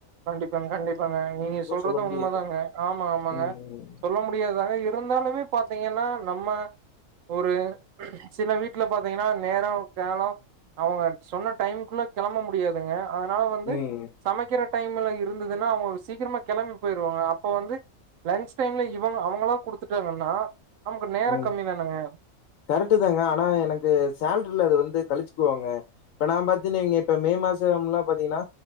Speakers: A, on the right (about 75°); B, on the left (about 75°).
A: கண்டிப்பாங்க கண்டிப்பாங்க நீங்க சொல்றது
B: சொல்ல முடியாது
A: உண்மதாங்க ஆமா ஆமாங்க
B: ம்
A: சொல்ல முடியாதுதாங்க இ இருந்தாலுமே பாத்தீங்கன்னா நம்ம ஒரு சில வீட்ல பாத்தீங்கன்னா நேரோ காலோ அவங்க சொன்ன டைம் குள்ள கெளம்ப முடியாதுங்க ஆ னா வந்து
B: ம்
A: சமைக்கிற டைம்ல இருந்ததுன்னா அவங்க சீக்கிரமா கெளம்பி போயிருவாங்க அப்ப வந்து லஞ்ச் டைம்ல இவங்க அவங்களா குடுத்துட்டாங்கன்னா நமக்கு நேரோ
B: ம்
A: கம்மி தானங்க
B: கரெக்டு தாங்க ஆனா எனக்கு சேல்ரில அது வந்து கழிச்சுக்குவாங்க இப்ப நா பாத்தீங்கனா இப்ப மே மாசம்லா பாத்தீங்கன்னா